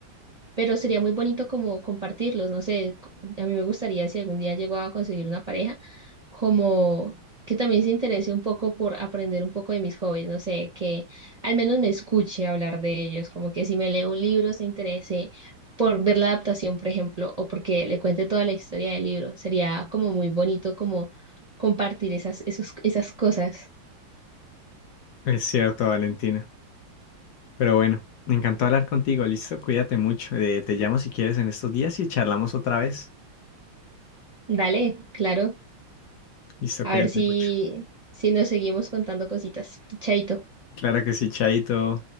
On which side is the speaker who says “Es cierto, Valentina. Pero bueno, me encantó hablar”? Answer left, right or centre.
Left